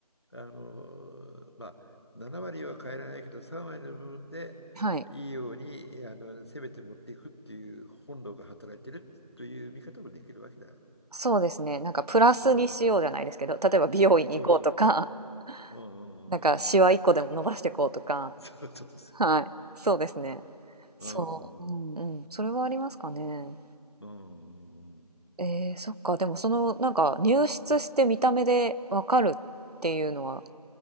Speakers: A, on the left (about 40°); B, on the right (about 70°).
A: あの、まあ、7割は変えられないけど3割の部分でいいようにあのせめて持っていくっていう本能が働いてるという見方もできるわけだ。
B: はい。そうですね。なんかプラスにしようじゃないですけど、
A: うん、
B: 例えば美容院行こうとか、
A: そうそうそう。
B: <laughs>
A: うんうんうんうん。
B: なんかシワ一個でも伸ばしていこうとか。
A: そうそうそ
B: はい。そうですね。そう。
A: う。うんうん
B: うんうん。それはありますかね。
A: うんうん。
B: えー、そっか。でもそのなんか入室して見た目でわかるっていうのは